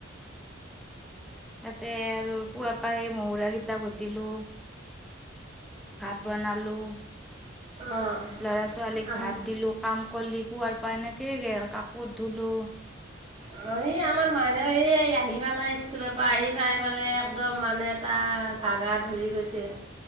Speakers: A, in the centre; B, on the right (about 30°).
A: তাতে আৰু পুৱা পাহে মহুৰা কেইটা ভতিলো। ভাত বনালো।
B: অঁ
A: ল'ৰা ছোৱালীক
B: আম
A: ভাত দিলো কাম কলি পোৱাৰ পৰা এনেকয় গ কাপোৰ ধুলো।
B: হয়। এই আমাৰ মানুহ এই আহি পেলাই স্কুলৰ পৰা আহি পাই পেলাই একদম মানে তাই ভাগ‌ গা ধৰি গৈছে।